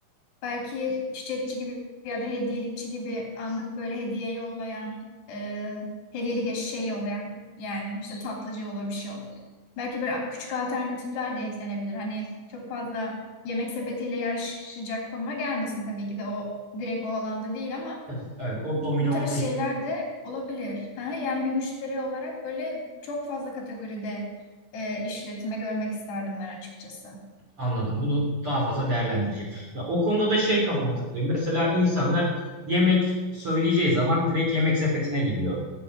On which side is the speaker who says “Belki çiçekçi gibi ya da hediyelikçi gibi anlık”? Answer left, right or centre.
Left